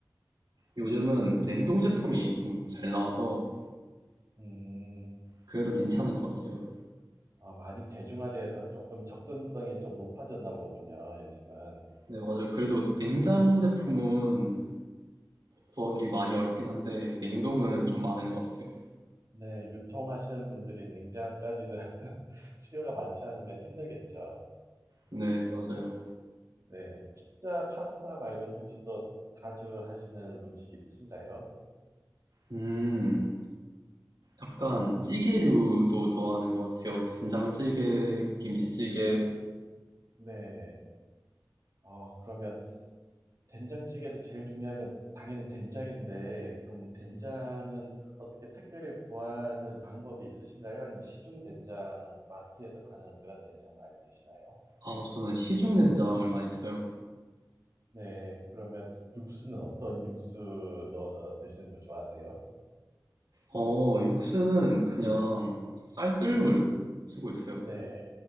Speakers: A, on the right; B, on the right.
A: 요즘은 냉동 제품이 좀 잘 나와서
B: 음,
A: 그래도 괜찮은 것 같아요.
B: 아, 많이 대중화되어서 조금 접근성이 좀 높아졌나 보군요, 요즘은.
A: 네, 맞아요. 그래도 냉장 제품은 구하기 많이 어렵긴 한데 냉동은 좀 많은 것 같아요.
B: 네, 유통하시는 분들이 냉장까지는 <laughs> 수요가 많지 않으면 힘들겠죠.
A: 네, 맞아요.
B: 네, 피자, 파스타 말고는 혹시 또 자주 하시는 음식 있으신가요?
A: 음, 약간 찌개류도 좋아하는 것 같아요. 된장찌개, 김치찌개.
B: 네. 어, 그러면 된장찌개에서 제일 중요한 건 당연히 된장인데, 그럼 된장은 어떻게 특별히 구하는 방법이 있으신가요? 아니면 시중 된장, 마트에서 파는 그런 된장 많이 쓰시나요?
A: 아, 저는 시중 된장을 많이 써요.
B: 네, 그러면 육수는 어떤 육수 넣어서 드시는 걸 좋아하세요?
A: 어, 육수는 그냥 쌀뜨물 쓰고 있어요.
B: 네,